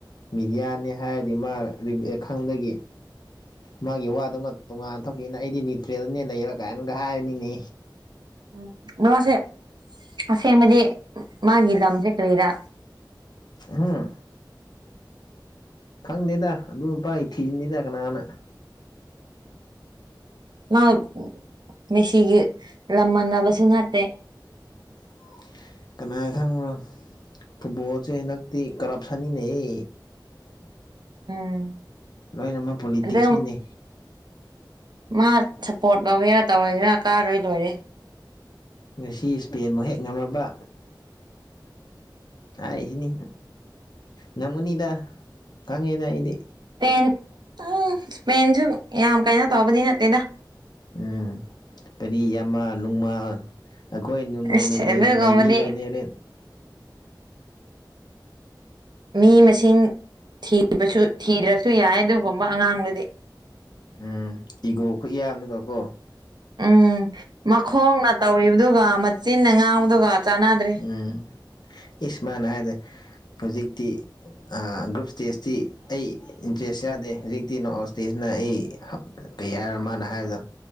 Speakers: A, on the left; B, on the right.
A: ꯃꯤꯗ꯭ꯌꯥꯅꯦ ꯍꯥꯏꯔꯗꯤ ꯃꯥ ꯈꯪꯗꯒꯤ ꯃꯥꯒꯤ ꯋꯥꯗꯨꯉ ꯇꯣꯉꯥꯟꯅ ꯇꯣꯛꯈꯤꯅ ꯑꯩꯗꯤ ꯅ꯭ꯌꯨꯇ꯭ꯔꯦꯜꯅꯦ ꯂꯩꯔ ꯀꯥꯏꯅꯒ ꯍꯥꯏꯅꯤꯅꯦ
B: ꯎꯝ ꯃꯥꯁꯦ ꯑꯁꯦꯡꯕꯗꯤ ꯃꯥꯒꯤ ꯂꯝꯁꯦ ꯀꯔꯤꯔꯥ
A: ꯍꯝ ꯈꯪꯗꯦꯗ ꯑꯗꯨ ꯅꯨꯄꯥꯏ ꯊꯤꯅꯤꯗ ꯀꯅꯥꯅ
B: ꯃꯥ ꯃꯦꯁꯤꯒꯤ ꯂꯝꯃꯥꯟꯅꯕꯁꯨ ꯅꯠꯇꯦ
A: <inaudible> ꯅꯥ ꯈꯪꯕ꯭ꯔꯣ ꯐꯨꯠꯕꯣꯜꯁꯦ ꯍꯟꯗꯛꯇꯤ ꯀꯔꯞꯁꯟꯅꯤꯅꯦꯍ
B: ꯎꯝ
A: ꯂꯣꯏꯅꯃꯛ ꯄꯣꯂꯤꯇꯤꯛꯁꯅꯤꯅꯦ
B: ꯑꯗꯨꯝ ꯃꯥ ꯁꯞꯄꯣꯔꯠ ꯂꯧꯒꯦ <unintelligible> ꯅ ꯇꯧꯔꯒꯅ ꯀꯥꯔꯣꯏ ꯂꯣꯏꯔꯦ
A: ꯉꯁꯤ ꯏꯁꯄꯦꯟ ꯃꯨꯛ ꯍꯦꯛ ꯉꯝꯃꯕ ꯍꯥꯏꯁꯤꯅꯤ ꯉꯝꯒꯅꯤꯗ ꯈꯪꯉꯦꯗ ꯑꯩꯗꯤ
B: ꯏꯁꯄꯦꯟ ꯎꯝ ꯁ꫱ꯄꯦꯟꯁꯨ ꯌꯥꯝ ꯀꯩꯅꯣ ꯇꯧꯕꯗꯤ ꯅꯠꯇꯦꯗ
A: ꯎꯝ ꯀꯔꯤ ꯌꯥꯝꯃ ꯅꯨꯡ ꯃꯥ ꯑꯈꯣꯏ ꯅꯨꯅꯣ
B: ꯑꯁ
A: ꯃꯦꯟꯗꯦꯅ
B: ꯑꯗꯨꯒꯨꯝꯕꯗꯤ
A: ꯅꯩꯕꯤꯗꯣꯏꯅꯦ ꯔꯦꯟ
B: ꯃꯤ ꯃꯁꯤꯡ ꯊꯤꯕꯁꯨ ꯊꯤꯗ꯭ꯔꯁꯨ ꯌꯥꯏ ꯑꯗꯨꯒꯨꯝꯕ ꯑꯉꯥꯡꯗꯨꯗꯤ
A: ꯎꯝ ꯏꯒꯣ ꯈꯨꯌꯥꯝꯅꯀ ꯀꯣ
B: ꯎꯝ ꯃꯈꯣꯡꯅ ꯇꯧꯔꯤꯕꯗꯨꯒ ꯃꯆꯤꯟꯅ ꯉꯥꯡꯕꯗꯨꯒ ꯆꯥꯟꯅꯗ꯭ꯔꯦ
A: ꯎꯝ ꯏꯁ ꯃꯥꯅ ꯍꯥꯏꯕꯗ ꯍꯨꯖꯤꯛꯇꯤ ꯒ꯭ꯔꯨꯞ ꯏꯁꯇꯦꯖꯇꯤ ꯑꯩ ꯏꯟꯇꯔꯦꯁ ꯌꯥꯗꯦ ꯍꯧꯖꯤꯛꯇꯤ ꯅꯣꯔꯠ ꯑꯥꯎꯠ ꯏꯁꯇꯦꯖꯅ ꯑꯩ ꯀꯩ ꯍꯥꯏꯔꯣ ꯃꯥꯅ ꯍꯥꯏꯕꯗꯣ